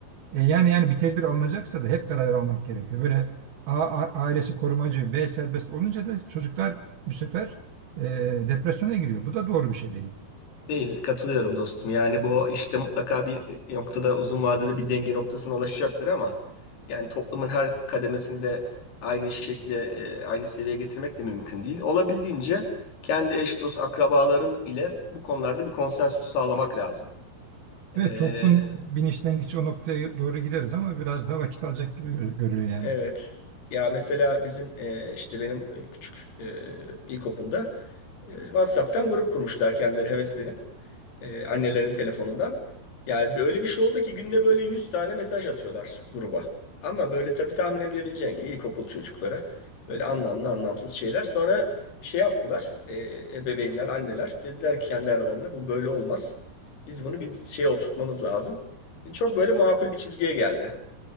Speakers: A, on the right; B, on the left.
A: E, yani yani bir tedbir alınacaksa da hep beraber almak gerekiyor. Böyle A, a- ailesi korumacı, B serbest olunca da çocuklar bu sefer e, depresyona giriyor. Bu da doğru bir şey değil.
B: Değil, katılıyorum dostum. Yani bu işte mutlaka bir noktada uzun vadede bir denge noktasına ulaşacaktır ama yani toplumun her kademesini de aynı şekilde e, aynı seviyeye getirmek de mümkün değil. Olabildiğince kendi eş dost akrabaların ile bu konularda bir konsensüs sağlamak lazım.
A: Ve
B: E,
A: toplum bilinçlendikçe o noktaya doğru gideriz ama biraz daha vakit alacak gibi gör- görülüyor yani.
B: Evet. Ya mesela bizim e, işte benim e, küçük e, ilkokulda e, WhatsApp'tan grup kurmuşlar kendileri heveslenip e, annelerinin telefonundan. Yani böyle bir şey oldu ki günde böyle 100 tane mesaj atıyorlar gruba. Ama böyle tabii tahmin edebileceğin gibi ilkokul çocuklara böyle anlamlı anlamsız şeyler. Sonra şey yaptılar e, ebeveynler, anneler dediler ki kendi aralarında bu böyle olmaz. Biz bunu bir şeye oturtmamız lazım. Çok böyle makul bir çizgiye geldi.